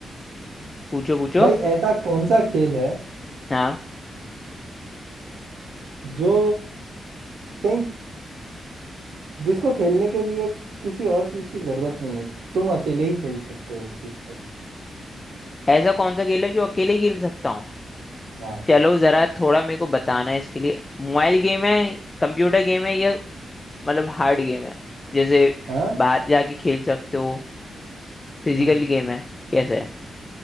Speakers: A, on the left; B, on the right.
A: पूछो पूछो
B: भाई ऐसा कौन सा खेल है
A: हाँ
B: जो कहीं जिसको खेलने के लिए किसी और चीज की जरूरत नहीं है तुम अकेले ही खेल सकते हो उस चीज को
A: ऐसा कौन सा खेल है जो अकेले ही खेल सकता हूँ
B: हाँ
A: चलो जरा थोड़ा मेरे को बताना है इसके लिए मोबाइल गेम है कंप्यूटर गेम है या मतलब हार्ड गेम है जैसे
B: हाँ
A: बाहर जाके खेल सकते हो फिजिकल
B: हम्म
A: गेम है कैसे है